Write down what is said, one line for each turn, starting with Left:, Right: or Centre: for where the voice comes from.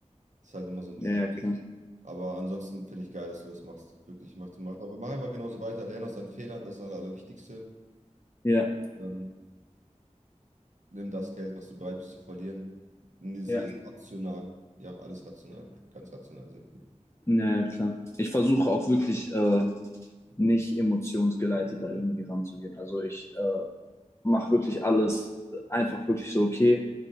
Right: Das ist halt immer so ein
Left: ja,
Right: Ding.
Left: ja, klar.
Right: Aber ansonsten finde ich geil, dass du das machst. Wirklich, mach, mach, aber mach einfach genauso weiter. Lerne aus deinen Fehlern, das ist das Aller- Allerwichtigste.
Left: Ja,
Right: Ähm, nimm das Geld, was du bereit bist zu verlieren. Sehe
Left: Ja.
Right: es rational. Ja, alles rational. Ganz rational sehen.
Left: ja, ja, klar. Ich versuche auch wirklich äh, nicht emotionsgeleitet da irgendwie ranzugehen. Also ich äh, mache wirklich alles einfach wirklich so, okay,